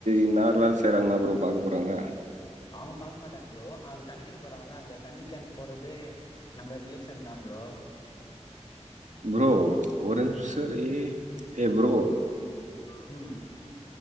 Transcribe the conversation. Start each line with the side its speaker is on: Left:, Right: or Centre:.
Right: இன்னாறு வேல செய்கிறாங்கண்ணா ப்ரோ பாக்க போறாங்க
Left: அவுங்க பாக்க மாட்டாங்க ப்ரோ அந்த தண்ணி கேன் போறாங்களா அங்க தண்ணி கேன் போறதே நம்ம ரிலேஷன் தா ப்ரோ
Right: ப்ரோ ஒரின்ஸ் சரி ஏ ப்ரோ
Left: ம்